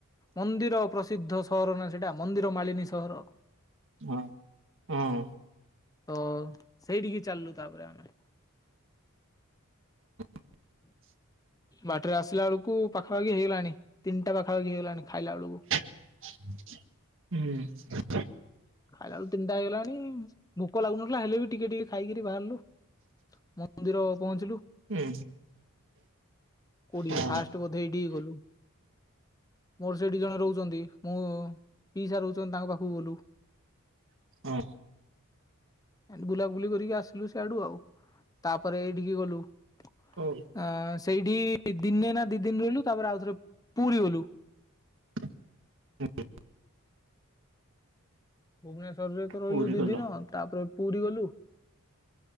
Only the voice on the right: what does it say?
ହଁ। ହଁ
<unintelligible>
ହୁଁ।
ହୁଁ
ହଁ
ହଁ।
ହଉ
<inaudible>
ପୁରୀ
ଗଲ